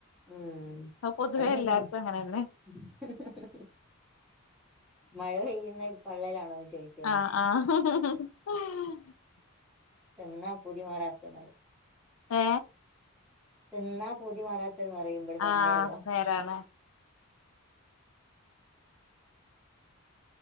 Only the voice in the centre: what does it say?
ഉം
അതങ്ങന
തന്നാ
<unintelligible> മഴ പെയ്യുന്ന് പള്ളേലാണോ <unintelligible> ചോയ്ക്കാണ്
എന്നാ പൂതിമാറാത്തത്
തിന്ന പൂതി മാറാ ത റയും ഇവിട്ന്ന് യ
ഉമ്മയല്ലോ